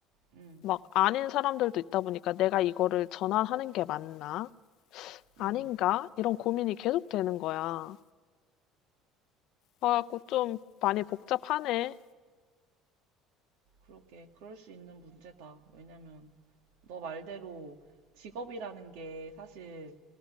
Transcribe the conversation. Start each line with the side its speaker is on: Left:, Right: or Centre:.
Right: 응,
Left: 막 아닌 사람들도 있다 보니까 '내가 이거를 전환하는 게 맞나?
Right: 응.
Left: 아닌가?' 이런 고민이 계속 되는 거야. 그래 갖고 좀 많이 복잡하네.
Right: 그렇게 그럴 수 있는 문제다. 왜냐면 너 말대로 직업이라는 게 사실